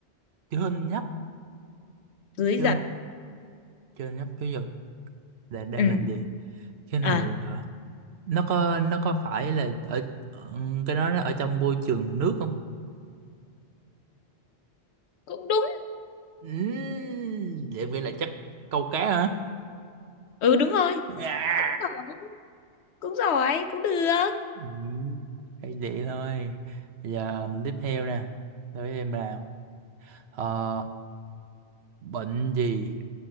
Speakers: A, on the right; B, on the left.
A: trên nhấp
B: dưới
A: trên
B: giật
A: trên nhấp chứ giờ là đang
B: ừ
A: làm gì cái này
B: à
A: ờ, nó có nó có phải là ở ở- cái đó nó ở trong môi trường nước không
B: cũng đúng
A: Ừm, vậy vậy là chắc câu cá hả
B: ừ đúng rồi
A: à.
B: cũng giỏi cũng giỏi cũng được
A: Ừm, phải vậy thôi giờ tiếp theo nè đối với em là Ờ, bệnh gì